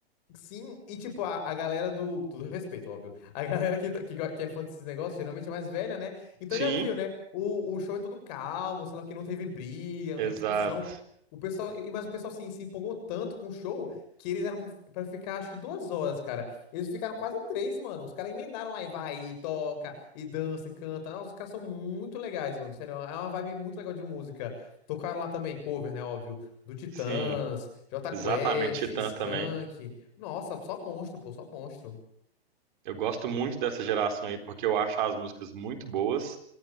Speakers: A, on the left (about 40°); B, on the right (about 50°).
A: Sim, e tipo, a, a galera do. Todo respeito, óbvio. A galera que, tá- que, go- que é fã desses negócios geralmente é mais velha, né? Então
B: Sim,
A: já viu, né? O, o show é todo calmo, sei lá, que não teve briga, não
B: exato.
A: teve discussão. O pessoal, e- mas o pessoal assim, se empolgou tanto com o show que eles eram pra pra ficar acho que duas horas, cara. Eles ficaram quase três, mano. Os caras emendaram lá e vai, e toca, e dança, e canta. Nossa, os caras são muito legais, mano. Sério, é uma vibe muito legal de música. Tocaram lá também cover, né? Óbvio, do Titãs,
B: Sim,
A: Jota Quest,
B: exatamente. Titãs
A: Skank.
B: também.
A: Nossa, só monstro, pô, só monstro.
B: Eu gosto muito dessa geração aí porque eu acho as músicas muito boas